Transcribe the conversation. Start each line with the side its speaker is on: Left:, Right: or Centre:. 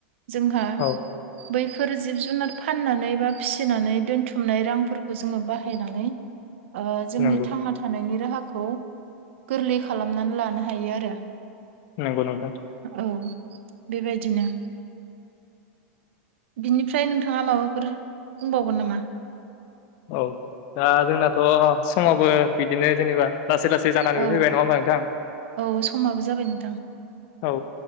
Right: जोंहा
Left: औ
Right: बैफोर जिब जुनारफोर फाननानै बा फिसिनानै दोनथुमनाय रांफोरखौ जोङो बाहायनानै ओ जोंनि
Left: नंगौ
Right: थांना थानायनि राहाखौ गोरलै खालामनानै लानो हायो आरो
Left: नंगौ नोंथां
Right: औ बेबायदिनो बिनिफ्राय नोंथाङा माबाफोर बुंबावगोन नामा
Left: औ दा जोंनाथ' समावबो बिदिनो जेनेबा लासै लासै जानानैबो
Right: औ
Left: फैबाय नङा होमबा नोंथां
Right: औ समाबो जाबाय नोंथां
Left: औ